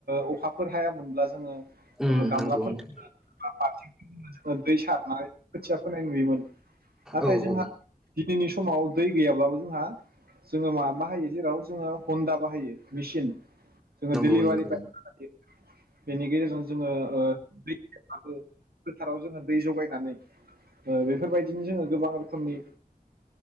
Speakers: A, on the right; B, in the centre.
A: ओ अखा बेफोर हायोनब्ला जोङो
B: उम
A: ओ खामला
B: नंगौ
A: फोरजों
B: नोंथां
A: दै सारनानैखोथिया <unintelligible> <unintelligible> नुयोमोन। नाथाय
B: औ
A: जोंहा
B: औ
A: दिनैनि समाव दै गैयाब्लाबो जोंहा जोङो मा बाहायो जेराव जोङो हन्दा बाहायो मेसिन। जोंङो
B: नंगौ
A: दिलीबारि
B: नंगौ
A: पाइप <unintelligible> बेनि गेजेरजों जोङो ओ फथाराव जोङो दै जगायनानै बेफोरबायदिनो जोङो गोबां रोखोमनि